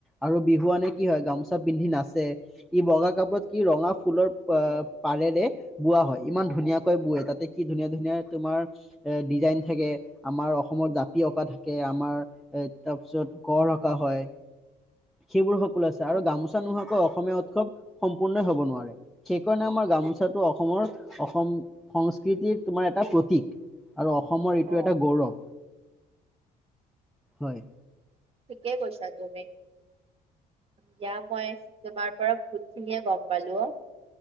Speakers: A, in the centre; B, on the right (about 35°).
A: আৰু বিহুৱানে কি হয় গামোচা পিন্ধি নাচে ই বগা কাপোৰত কি ৰঙা ফুলৰ আহ পাৰেৰে বোৱা হয়, ইমান ধুনীয়াকৈ বৱে তাতে কি ধুনীয়া ধুনীয়া তোমাৰ এ ডিজাইন থাকে আমাৰ অসম জাপি অঁকা থাকে, আমাৰ এ তাৰ পিছত গড় ৰকা হয়, সেইবোৰ সকলো আছে আৰু
B: অ
A: গামোচা নোহোৱাকৈ অস অসমীয়া উৎসৱ সম্পূৰ্ণই হ'ব নোৱাৰে, সেইকাৰণে আমাৰ গামোচাটো অসমৰ অসম সংস্কৃতি সংস্কৃতিৰ তোমাৰ এটা প্ৰতীক আৰু অসমৰ এইটো
B: অ
A: এটা গৌৰৱ। হয়।
B: ঠিকে কৈছা তুমি। দিয়া মই তোমাৰ পৰা বহুত খিনিয়ে গম পালো, অ',